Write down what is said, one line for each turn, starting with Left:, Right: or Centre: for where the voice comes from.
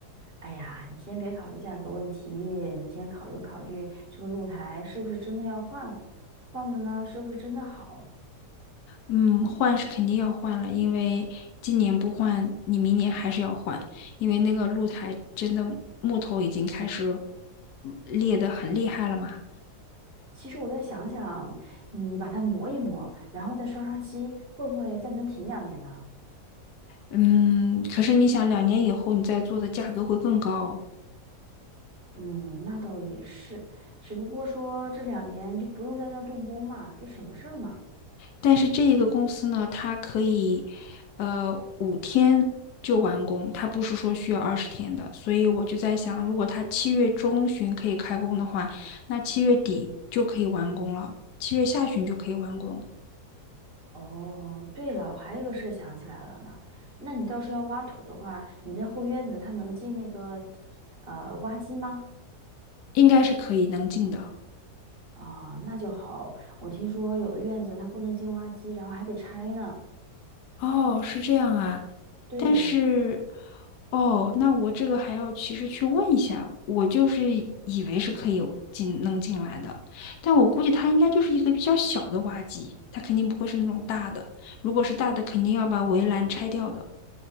Right: 哎呀，你先别考虑价格问题，你先考虑考虑这个露台是不是真的要换了，换了呢，是不是真的好？
Left: 嗯，换是肯定要换了，因为今年不换，你明年还是要换，因为那个露台真的木头已经开始裂得很厉害了嘛。
Right: 其实我再想想，你把它磨一磨，然后再刷刷漆，会不会再能挺两年呢？
Left: 嗯，可是你想，两年以后你再做的价格会更高哦。
Right: 嗯，那倒也是，只不过说这两年就不用在那动工嘛，就省个事儿嘛。
Left: 但是这一个公司呢，它可以，呃，五天就完工，它不是说需要二十天的。所以我就在想，如果它七月中旬可以开工的话，那七月底就可以完工了，七月下旬就可以完工，
Right: 哦，对了，我还有一个事儿想起来了呢，那你到时候要挖土的话，你那后院子它能进那个呃挖机吗？
Left: 应该是可以能进的。
Right: 啊，那就好。我听说有的院子它不能进挖机，然后还得拆呢。
Left: 哦，是这样啊，
Right: 对的，
Left: 但是，哦，那我这个还要其实去问一下，我就是以为是可以进能进来的，但我估计它应该就是一个比较小的挖机，它肯定不会是那种大的，如果是大的，肯定要把围栏拆掉的，